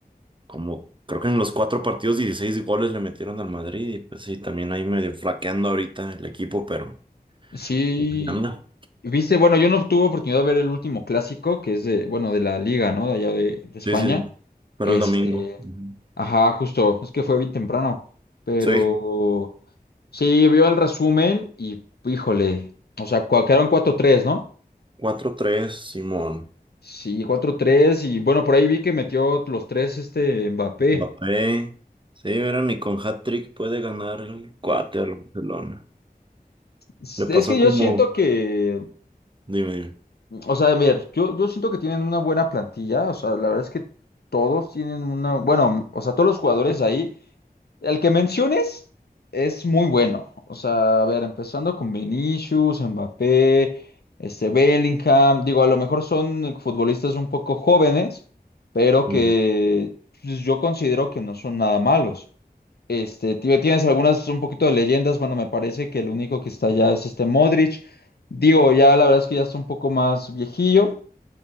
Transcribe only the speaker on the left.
sí.
Viste, bueno, yo no tuve oportunidad de ver el último clásico, que es de, bueno, de la Liga, ¿no? De allá de, de España.
Este,
ajá, justo, es que fue bien temprano, pero
sí, vio el resumen y, híjole, o sea, cua- quedaron cuatro tres, ¿no?
Sí, cuatro tres y bueno, por ahí vi que metió los tres este Mbappé.
Es
es
que
yo siento que
O sea, a ver, yo, yo siento que tienen una buena plantilla, o sea, la verdad es que todos tienen una, bueno, o sea, todos los jugadores ahí, el que menciones es muy bueno, o sea, a ver, empezando con Vinicius, Mbappé, este Bellingham, digo, a lo mejor son futbolistas un poco jóvenes, pero
que pues, yo considero que no son nada malos. Este, tie- tienes algunas un poquito de leyendas. Bueno, me parece que el único que está allá es este Modric. Digo, ya la verdad es que ya está un poco más viejillo,